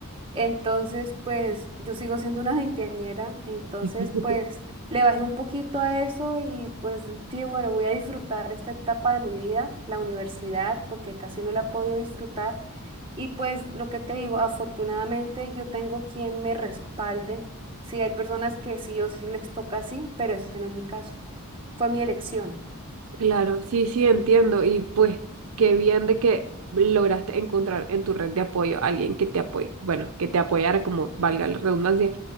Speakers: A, on the right (about 25°); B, on the right (about 70°).
A: Entonces, pues yo sigo siendo una veinteañera, entonces
B: <laughs>
A: pues le bajé un poquito a eso y pues dije, bueno, voy a disfrutar esta etapa de mi vida, la universidad, porque casi no la he podido disfrutar. Y pues lo que te digo, afortunadamente yo tengo quien me respalde. Sí, hay personas que sí o sí les toca así, pero este no es mi caso. Fue mi elección.
B: Claro, sí, sí, entiendo. Y pues qué bien de que lograste encontrar en tu red de apoyo a alguien que te apoye, bueno, que te apoyara, como valga la redundancia,